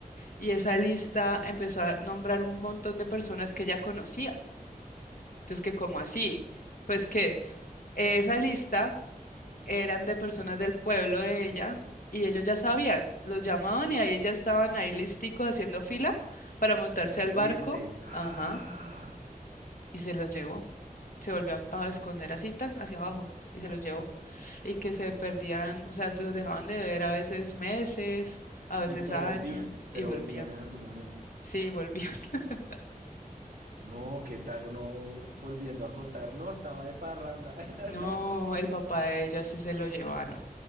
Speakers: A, on the left; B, on the right.
A: Y esa lista empezó a nombrar un montón de personas que ella conocía. Entonces, que como así? Pues que esa lista eran de personas del pueblo de ella y ellos ya sabían, los llamaban y ahí ya estaban ahí listicos haciendo fila para montarse
B: para subirse.
A: al barco
B: <gasps>
A: Ajá. y se los llevó. Se volvió a, a esconder así tan hacia abajo y se los llevó. Y que se perdían, o sea, se los dejaban de ver a veces meses, a veces
B: Y pero
A: años
B: volvían, pero
A: y volvían.
B: volvían en algún momento.
A: Sí, volvían. <laughs>
B: No, ¿qué tal uno volviendo a contar? No, estaba de parranda. <laughs>
A: No, el papá de ella sí se lo llevaron.